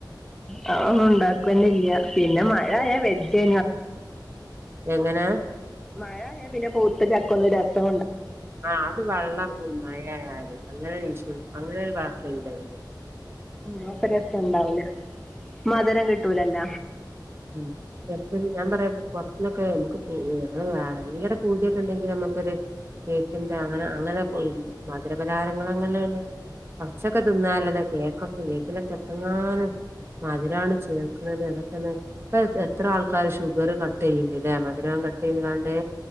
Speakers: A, in the centre; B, on the right.
A: ആ ഒ ഉണ്ടാക്കന്ന ഇല്ല പിന്നെ മഴ ആയ വെജ്
B: എങ്ങനെ
A: മഴയാ പിന്നെ പൗത്ത ചക്ക ഒന്നു രസോ
B: ആ അത് വെള്ളങ്ങും മഴായല് അങ്ങനെരു ഇഷ്യൂ അങ്ങനെ ഒരു ഭട്ട ഇണ്ടായിന്ന്
A: ഉ രസംണ്ടാവൂല മധരം കിട്ടൂലല്ല
B: ഉം എപ്പഴും ഞാൻ പറയാ പുറത്ത്നൊക്കെ നമുക്ക് ഇപ്പോ ടെ പൂതിയൊക്കെ ഉണ്ടെങ്കിൽ നമ്മ നക്കൊ കേക്കിന്റെ അങ്ങനെ അങ്ങനെ മധുരപലാരങ്ങ അങ്ങനെയള്ള പച്ചൊക്കെ തിന്നാലതാ കേക്കൊക്കെ കേക്കിലൊക്കെ എത്രങ്ങാനും മധുരാണ് ചേർക്കണുന്നത് എന്നതൊക്കെല്ല ഇപ്പ എത്ര ആൾക്കാർ ഷുഗർ കട്ട് ചെയ്യണ്ടല്ലേ മധുരം കട്ട് ചെയ്ത് കാണ്ടേ